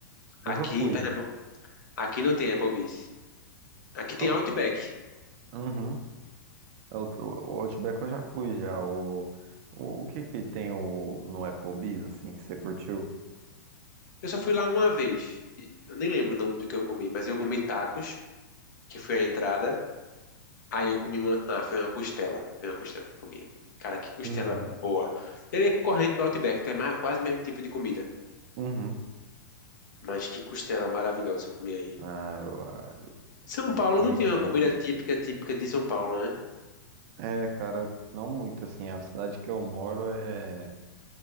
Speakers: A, on the right; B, on the left.
A: Nunca
B: Aqui
A: fui.
B: em Pernambuco, aqui não tem Applebee's. Aqui
A: Só...
B: tem Outback.
A: Uhum. É O o Outback eu já fui, já. O, o, o que que tem o, no Applebee's, assim, que você curtiu?
B: Eu só fui lá uma vez. e Eu nem lembro o nome do que eu comi, mas eu comi tacos, que foi a entrada. Aí eu comi uma, ah, foi uma costela, foi uma costela que eu comi. Cara, que costela
A: Uhum.
B: boa. Ele é concorrente do Outback, tem mais, quase o mesmo tipo de comida,
A: Uhum.
B: mas que costela maravilhosa eu comi aí.
A: Ah, eu, ah, eu
B: São
A: vou
B: Paulo
A: experimentar,
B: não tem uma comida
A: então.
B: típica, típica de São Paulo, né?
A: É, cara, não muito assim. A cidade que eu moro é,